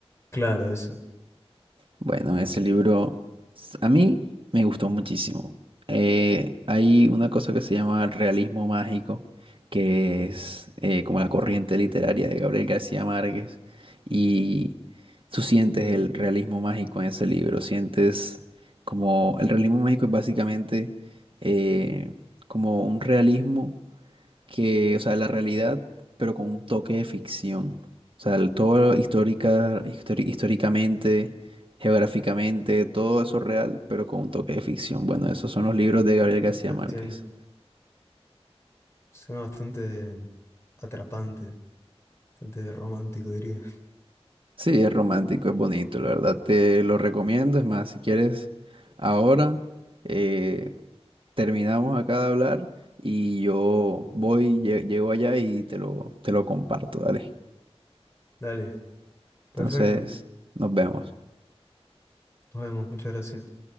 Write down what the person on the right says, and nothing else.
Bueno, ese libro s- a mí me gustó muchísimo. Eh, hay una cosa que se llama realismo mágico, que es eh, como la corriente literaria de Gabriel García Márquez. Y tú sientes el realismo mágico en ese libro. Sientes como el realismo mágico es básicamente eh, como un realismo que, o sea, la realidad, pero con un toque de ficción. O sea, el- todo histórica, histori- históricamente, geográficamente, todo eso real, pero con un toque de ficción. Bueno, esos son los libros de Gabriel García
Márquez.
Sí, es romántico, es bonito, la verdad te lo recomiendo. Es más, si quieres, ahora eh, terminamos acá de hablar y yo voy, lle- llego allá y te lo, te lo comparto, dale.
Entonces, nos vemos.